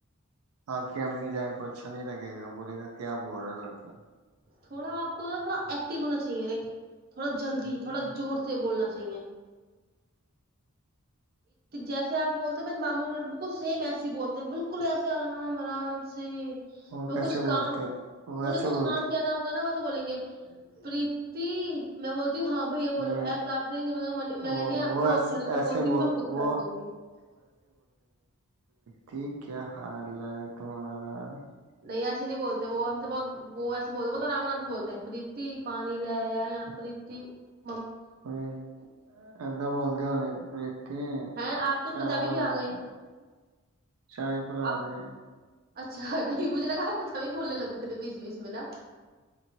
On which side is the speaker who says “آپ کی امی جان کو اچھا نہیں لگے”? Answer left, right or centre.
Right